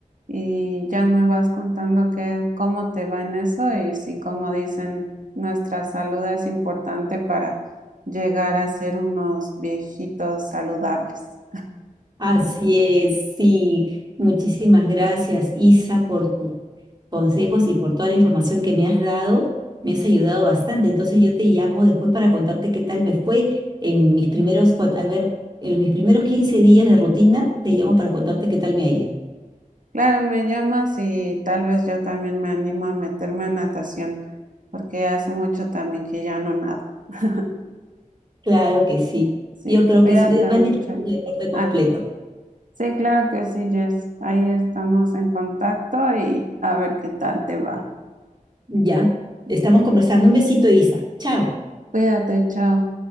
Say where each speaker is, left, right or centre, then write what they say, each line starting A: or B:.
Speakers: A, on the right (about 70°); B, on the right (about 30°).
A: y ya me vas contando que, cómo te va en eso y si, como dicen, nuestra salud es importante para llegar a ser unos viejitos saludables.
B: Así es, sí. Muchísimas gracias, Isa, por tus consejos y por toda la información que me has dado. Me has ayudado bastante. Entonces yo te llamo después para contarte qué tal me fue en mis primeros, cua- a ver, en mis primeros 15 días de rutina, te llamo para contarte qué tal me ha ido.
A: Claro, me llamas y tal vez yo también me animo a meterme a natación, porque hace mucho también que ya no nado. <laughs>
B: Claro que sí.
A: Sí,
B: Yo creo
A: cuídate
B: que sí. Me
A: mucho.
B: han dicho que es
A: y-
B: un deporte completo.
A: Ay, sí, claro que sí, Jess. Ahí estamos en contacto y a ver qué tal te va.
B: Ya. Estamos conversando. Un besito, Isa. Chao.
A: Cuídate, chao.